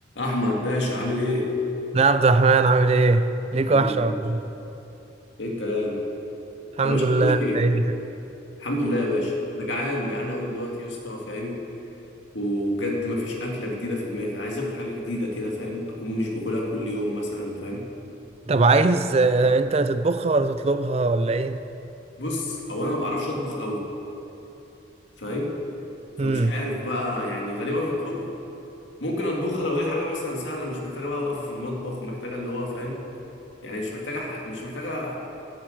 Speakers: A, on the left; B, on the right.
A: احمد باشا عامل ايه
B: لا يا عبد الرحمن عامل ايه؟ ليك
A: الحمد
B: وحشة
A: لله
B: والله
A: يا باشا ايه الكلام
B: الحمد
A: يا باشا
B: لله
A: بقول لك
B: انت
A: ايه
B: ايه؟
A: الحمد لله يا باشا انا جعان جعان قوي دلوقتي يا اسطى فاهم وبجد مفيش اكله جديده في دماغي عايز اكل حاجه جديده كده فاهم اكون مش باكلها كل يوم مثلا فاهم
B: طب عايز آه، انت تطبخها ولا تطلبها ولا ايه؟
A: بص او انا ما بعرفش اطبخ قوي فاهم فمش
B: امم
A: عارف بقى يعني غالبا هطلبها ممكن اطبخها لو هي حاجه مثلا سهله مش محتاجه بقى وقفه في المطبخ ومحتاجه اللي هو فاهم يعني مش محتاجه مش محتاجه